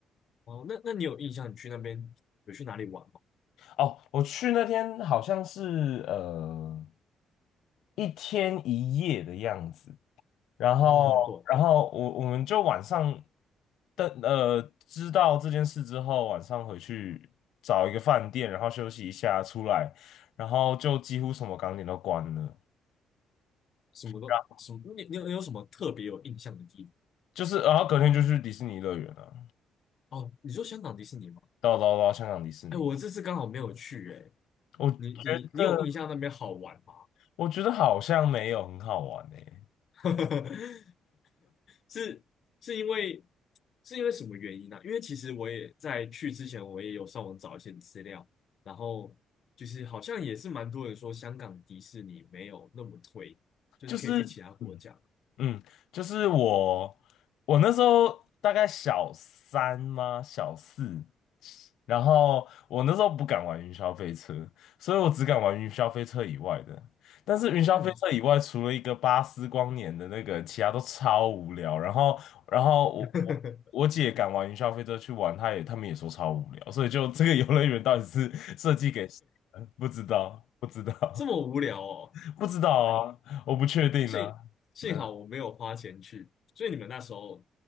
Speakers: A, on the left (about 45°); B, on the left (about 75°).
A: 哦，那那你有印象你去那边有去哪里玩吗？
B: 哦，我去那天好像是呃一天一夜的样子。然后，
A: 真的很短，
B: 然后我我们就晚上的呃知道这件事之后，晚上回去找一个饭店，然后休息一下，出来，然后就几乎什么港点都关了，
A: 什么都什么，
B: 然后
A: 你你有你有什么特别有印象的地方？
B: 就是，然后隔天就去迪士尼乐园了，
A: 哦，你说香港迪士尼吗？
B: 到到到香港迪士尼，
A: 哎，我这次刚好没有去哎。
B: 我觉得
A: 你你你有印象那边好玩吗？
B: 我觉得好像没有很好玩诶、
A: <laughs> 是是因为是因为什么原因呢、因为其实我也在去之前，我也有上网找一些资料，然后就是好像也是蛮多人说香港迪士尼没有那么推，就是可以去其他国家。
B: 就是。嗯。嗯，就是我，我那时候大概小三吗？小四，然后我那时候不敢玩云霄飞车，所以我只敢玩云霄飞车以外的。但是云霄飞车以外，
A: 嗯，
B: 除了一个巴斯光年的那个，其他都超无聊。然后，然后我我我姐敢玩云霄飞车去玩，
A: <laughs>
B: 她也他们也说超无聊，所以就这个游乐园到底是设计给谁的不知道，不知道，
A: 这么无聊哦。
B: <laughs> 不知道啊，我不确定啊。
A: 幸幸好我没有花钱去，
B: 嗯
A: 所以你们那时候